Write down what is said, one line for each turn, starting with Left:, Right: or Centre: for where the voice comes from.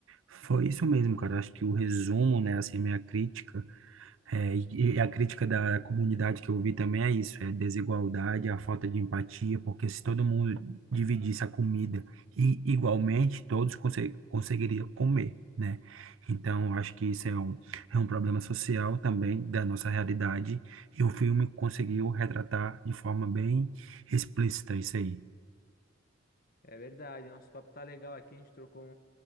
Right: foi isso mesmo, cara. Acho que o resumo, né, assim, a minha crítica. É, e e a crítica da comunidade que eu vi também é isso, é desigualdade, a falta de empatia, porque se todo mundo dividisse a comida e igualmente, todos conse- conseguiriam comer, né? Então, eu acho que isso é um, é um problema social também da nossa realidade, e o filme conseguiu retratar de forma bem explícita isso aí.
Left: É verdade, nosso papo tá legal aqui, a gente trocou um,